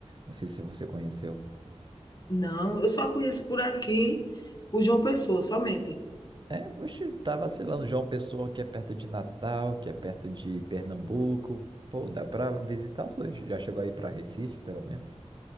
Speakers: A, on the right (about 40°); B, on the left (about 35°).
A: Não sei se você conheceu.
B: Não, eu só conheço por aqui, por João Pessoa, somente.
A: É, oxe, tá vacilando. João Pessoa, que é perto de Natal, que é perto de Pernambuco. Pô, dá pra visitar os dois. Já chegou aí pra Recife, pelo menos?